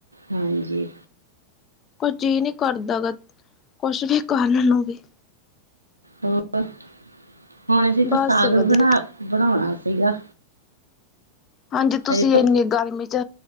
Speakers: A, on the right; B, on the left.
A: ਹਾਂਜੀ
B: ਕੁਝ ਜੀਅ ਨੀ ਕਰਦਾ ਗਾ ਕੁਛ ਵੀ ਕਰਨ ਨੂੰ ਵੀ
A: ਹੁਣ, ਹੁਣ ਅਸੀਂ ਤਾਂ
B: ਬਸ
A: ਸਾਗ
B: ਵਧੀਆ
A: ਬਣਾ ਬਣਾਉਣਾ ਸੀਗਾ।
B: ਹਾਂਜੀ ਤੁਸੀਂ
A: ਹਜੇ ਤ
B: ਇੰਨੀ ਗਰਮੀ ਚ